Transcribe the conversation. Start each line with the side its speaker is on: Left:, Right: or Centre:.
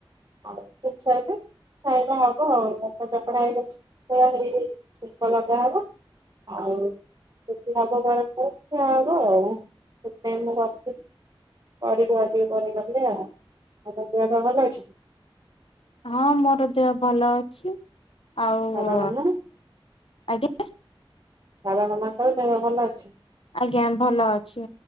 Right: <unintelligible> ଖାଇବା ହବ ଆଉ ଅଟା ଚକଡା ହେଇକି ଅଛି ସେଇଆ ହେଇ ହେଇ ଛେପ ଲଗା ହବ। ଆଉ <unintelligible> ହବ ଆଉ। <unintelligible> କରିଦିଅ ଟିକେ <unintelligible> ଆଉ କଣ ଦେହ ପା ଭଲ ଅଛି?
Left: ହଁ ମୋର ଦେହ ଭଲ ଅଛି ଆଉ
Right: ବାବା ମାମା
Left: ଆଜ୍ଞା
Right: <unintelligible> ମାମାଙ୍କର ଦେହ ଭଲ ଅଛି?
Left: ଆଜ୍ଞା ଭଲ ଅଛି।